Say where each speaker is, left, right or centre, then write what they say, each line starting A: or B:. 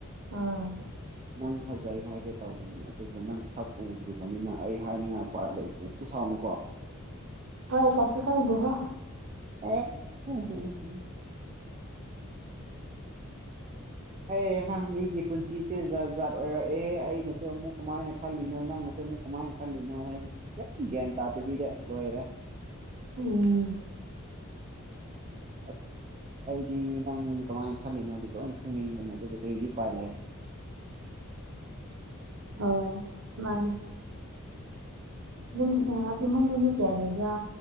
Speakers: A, on the right; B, on the right.
A: ꯑꯥ
B: ꯅꯪ ꯐꯖꯩ ꯍꯥꯏꯒꯦ ꯇꯧꯕꯅꯦ ꯑꯗꯨꯕꯨ ꯅꯪ ꯁꯛ ꯎꯗ꯭ꯔꯤꯕꯅꯤꯅ ꯑꯩ ꯍꯥꯏꯅꯤꯡꯉꯛꯄ ꯂꯩꯇ꯭ꯔꯦ <unintelligible> ꯁꯥꯎꯅꯨꯀꯣ
A: ꯍꯣꯏ ꯀꯩꯁꯨ ꯀꯥꯏꯗꯦꯍꯦ
B: ꯑꯦ ꯍꯨꯡ ꯍꯨꯡ ꯍꯨꯡ ꯑꯦ ꯑꯉꯥꯡ ꯃꯤꯒꯤ ꯄꯨꯟꯁꯤꯁꯦ ꯖꯥꯠ ꯖꯥꯠ ꯑꯣꯏꯔꯛꯑꯦ ꯑꯩꯅꯁꯨ ꯑꯃꯨꯛ ꯀꯃꯥꯏꯅ ꯈꯜꯂꯤꯅꯣ ꯅꯪꯅꯁꯨ ꯑꯃꯨꯛ ꯀꯃꯥꯏꯅ ꯈꯜꯂꯤꯅꯣ ꯍꯥꯏ ꯈꯤꯇꯪ ꯒ꯭ꯌꯥꯟ ꯇꯥꯗꯕꯤꯗ ꯂꯣꯏꯔꯦ
A: ꯎꯝ
B: ꯑꯁ ꯑꯩꯗꯤ ꯅꯪ ꯀꯃꯥꯏ ꯈꯜꯂꯤꯅꯣꯗꯤ ꯂꯣꯏ ꯈꯪꯅꯤꯡꯕꯅꯦ ꯑꯗꯨꯕꯨ ꯀꯔꯤꯗꯤ ꯎꯄꯥꯏ ꯂꯩ
A: ꯍꯣꯏ ꯃꯥꯅꯦ ꯌꯨꯝ ꯏꯃꯨꯡꯗꯤ ꯃꯤ ꯀꯌꯥ ꯂꯩꯕ꯭ꯔꯥ